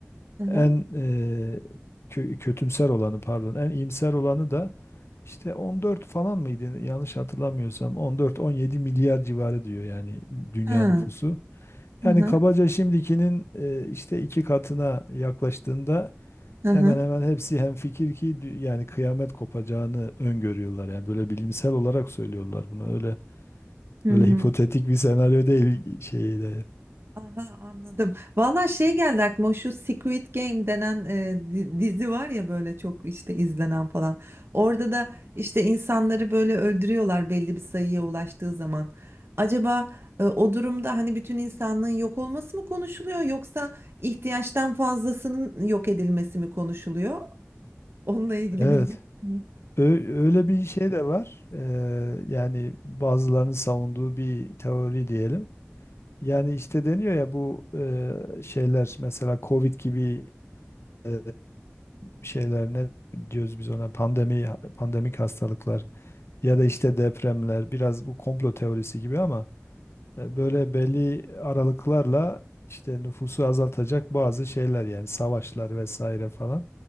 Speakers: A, on the right (about 55°); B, on the left (about 60°).
A: hı hı.
B: En e, kö- kötümser olanı pardon en iyimser olanı da işte 14 falan mıydı yanlış hatırlamıyorsam 14-17 milyar civarı diyor yani dünya
A: Ha,
B: nüfusu.
A: hı
B: Yani
A: hı,
B: kabaca şimdikinin e, işte iki katına yaklaştığında
A: hı
B: hemen
A: hı.
B: hemen hepsi hemfikir ki dü- yani kıyamet kopacağını öngörüyorlar. Yani böyle bilimsel olarak söylüyorlar bunu öyle
A: Hı hı.
B: öyle hipotetik
A: hı.
B: bir senaryo değil şeyde.
A: Aha anladım. Valla şey geldi aklıma şu Squid Game denen e, di- dizi var ya böyle çok işte izlenen falan. Orada da işte insanları böyle öldürüyorlar belli bir sayıya ulaştığı zaman. Acaba e, o durumda hani bütün insanlığın yok olması mı konuşuluyor yoksa ihtiyaçtan fazlasının yok edilmesi mi konuşuluyor? Onunla ilgili
B: Evet.
A: bilgi. var mı?
B: Ö- Öyle bir şey de var. Ee, yani bazılarının savunduğu bir teori diyelim. Yani işte deniyor ya bu e, şeyler mesela Covid gibi e, şeyler ne diyoruz biz ona pandemi pandemik hastalıklar ya
A: Hı hı.
B: da işte depremler biraz bu komplo teorisi gibi ama e, böyle belli aralıklarla işte nüfusu azaltacak bazı şeyler yani savaşlar vesaire falan